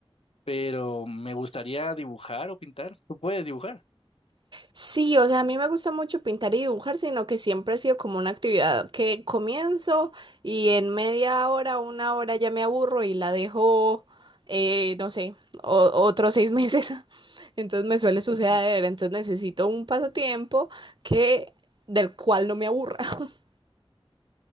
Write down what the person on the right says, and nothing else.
Sí, o sea, a mí me gusta mucho pintar y dibujar, sino que siempre ha sido como una actividad que comienzo y en media hora, una hora ya me aburro y la dejo, eh, no sé, o- otros seis meses. <laughs> Entonces me suele
suceder, entonces necesito un pasatiempo que del cual no me aburra. <laughs>